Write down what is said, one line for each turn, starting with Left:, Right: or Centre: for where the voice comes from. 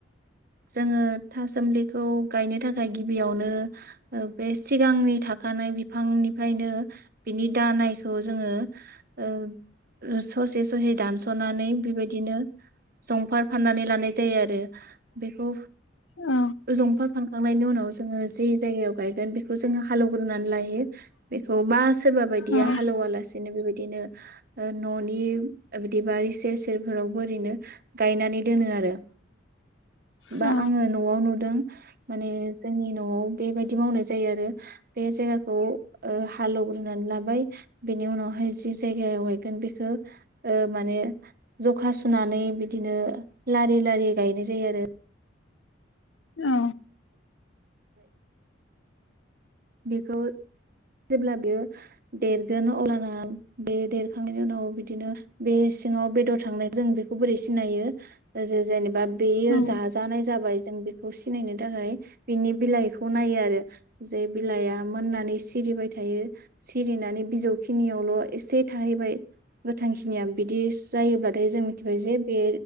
Right: जोङो थासुमलिखौ गायनो थाखाय गिबियावनो बे सिगांनि थाखानाय बिफांनिफ्रायनो बिनि दानायखौ जोङो ओ ससे ससे दानसनानै बेबायदिनो जंफार फारनानै लानाय जायो आरो बेखौ
Left: औ
Right: जंफार फारखांनायनि उनाव जोङो जे जायगायाव गायगोन बेखौ बेखौ जोङो हालेवग्रोनानै लायो बेखौ बा सोरबा बायदिया
Left: औ
Right: हालेवा लासिनो बेबायदिनो न'नि बिदि बारि सेर सेरफोरावबो ओरैनो गायनानै दोनो आरो
Left: औ
Right: बा आङो न'आव नुदों माने जोंनि न'आव बेबायदि मावनाय जायो आरो बे जायगाखौ ओ हालेवग्रोनानै लाबाय बेनि उनावहाय जि जायगायाव हैगोन बेखौ ओ माने जखा सुनानै बिदिनो लारि लारि गायनाय जायो आरो
Left: औ
Right: बेखौ जेब्ला बेयो देरगोन अलाना बे देरखांनायनि उनाव बिदिनो बे सिङाव बेदर थांनाय जों बेखौ बोरै सिनायो जे जेनेबा बेयो
Left: औ
Right: जाजानाय जाबाय जों बेखौ सिनायनो थाखाय बिनि बिलाइखौ नायो आरो जे बिलाइआ मोननानै सिरिबाय थायो सिरिनानै बिजौखिनियावल' एसे थाहैबाय गोथांखिनिया बिदि दि जायोब्लाथाय जों मिथिबाय जे बे